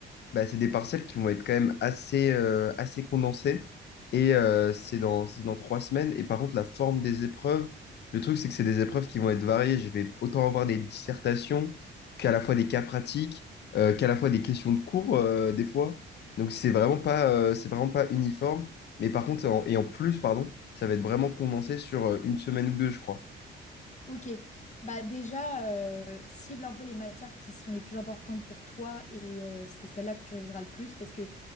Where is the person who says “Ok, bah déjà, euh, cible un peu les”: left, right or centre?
Left